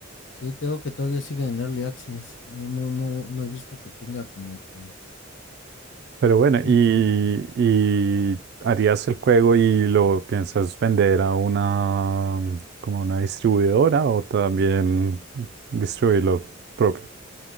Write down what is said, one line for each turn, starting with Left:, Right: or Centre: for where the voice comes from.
Left: sí, tengo que todavía sigue en Early Access. No, no, no, no he visto que tenga como que...
Right: Pero bueno,
Left: mm,
Right: ¿y, y harías el juego y lo piensas vender a una, como una distribuidora o también distribuirlo propio?